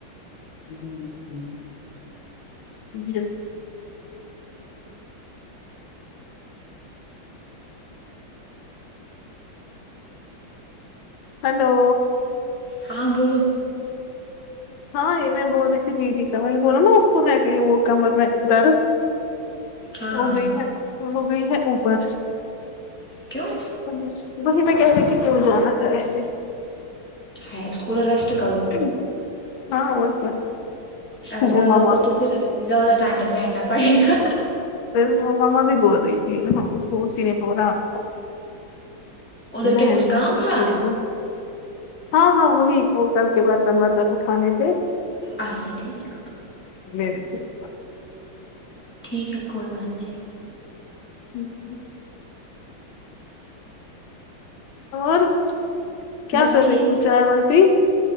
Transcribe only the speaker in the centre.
ہاں بولو
ہاں
کیوں
ہیں توڑا ریسٹ کرو
اگر زیادہ
ہوگا تو پھر زیادہ ٹائم تک بیٹھنا پڑے گا
ادھر
کیا کچھ کام
تھا
اچھا ٹھیک
ٹھیک ہے کوئی بات نہیں
بس
ٹھیک